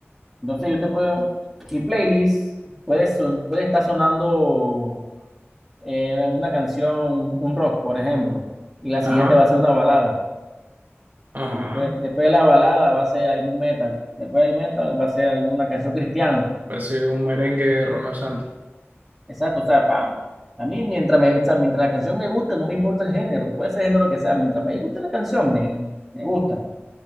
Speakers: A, in the centre; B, on the right.
A: Entonces yo te puedo, mi playlist puede, son- puede estar sonando eh, una canción, un rock, por ejemplo, y la siguiente
B: Ajá,
A: va a ser una balada.
B: ajá.
A: Después, después de la balada va a ser algún metal. Después del metal va a ser alguna canción cristiana.
B: Parece un merengue de Romeo Santos.
A: Exacto, o sea, pa- a mí mientras, me, o sea, mientras la canción me gusta, no me importa el género, puede ser el género que sea, mientras me guste la canción, me, me gusta.